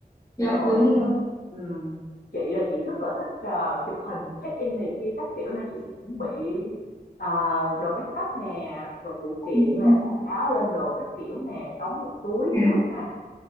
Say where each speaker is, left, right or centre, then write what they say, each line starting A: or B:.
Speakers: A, on the left (about 20°); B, on the left (about 60°).
A: dạ
B: Rồi
A: đúng rồi
B: á, ừm, chị là chị rất là thích ờ, chụp hình check-in này kia các kiểu nên chị sẽ chuẩn bị ờ, đồ make up nè, rồi phụ kiện
A: Ừm,
B: nè, quần áo lên đồ các kiểu nè, đóng một túi
A: dạ.
B: trước nè.